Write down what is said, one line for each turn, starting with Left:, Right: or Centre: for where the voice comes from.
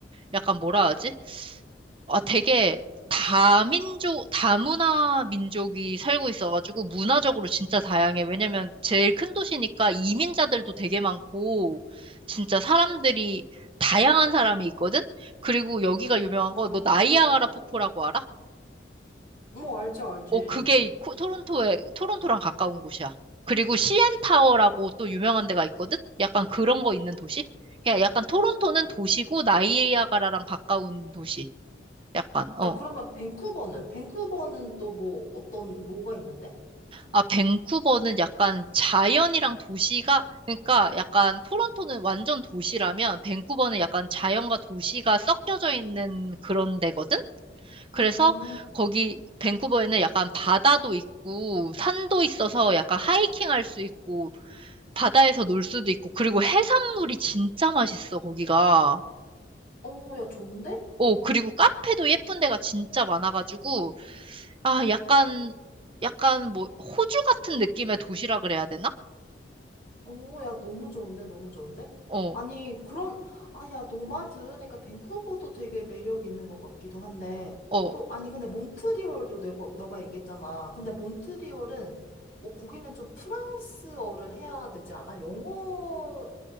Right: 약간 뭐라 하지? 아, 되게 다민족, 다문화 민족이 살고 있어가지고 문화적으로 진짜 다양해. 왜냐면 제일 큰 도시니까 이민자들도 되게 많고 진짜 사람들이 다양한 사람이 있거든? 그리고 여기가 유명한
Left: 아,
Right: 거 너 나이아가라
Left: 어.
Right: 폭포라고 알아?
Left: 뭐, 알지, 알지.
Right: 어, 그게 이 코- 토론토에, 토론토랑 가까운 곳이야. 그리고 시엔타워라고 또 유명한 데가 있거든? 약간 그런 거 있는 도시? 그냥 약간 토론토는 도시고 나이아가라랑 가까운 도시. 약간, 어.
Left: 야, 그러면 밴쿠버는? 밴쿠버는 또 뭐, 어떤, 뭐가 있는데?
Right: 아, 밴쿠버는 약간 자연이랑 도시가, 그러니까 약간 토론토는 완전 도시라면 밴쿠버는 약간 자연과 도시가 섞여져 있는 그런 데거든? 그래서
Left: 음,
Right: 거기 밴쿠버에는 약간 바다도 있고 산도 있어서 약간 하이킹 할 수 있고 바다에서 놀 수도 있고 그리고 해산물이 진짜 맛있어, 거기가.
Left: 어, 야, 좋은데?
Right: 오, 그리고 카페도 예쁜 데가 진짜 많아가지고, 아, 약간, 약간 뭐 호주 같은 느낌의 도시라 그래야 되나?
Left: 오, 야, 너무 좋은데? 너무 좋은데?
Right: 어.
Left: 아니, 그런, 아, 야, 너 말 들으니까 밴쿠버도 되게 매력 있는 것 같기도 한데,
Right: 어,
Left: 또, 아니, 근데 몬트리올도 너가, 너가 얘기했잖아. 근데 몬트리올은, 어, 거기는 좀 프랑스어를 해야 되지 않아? 영어,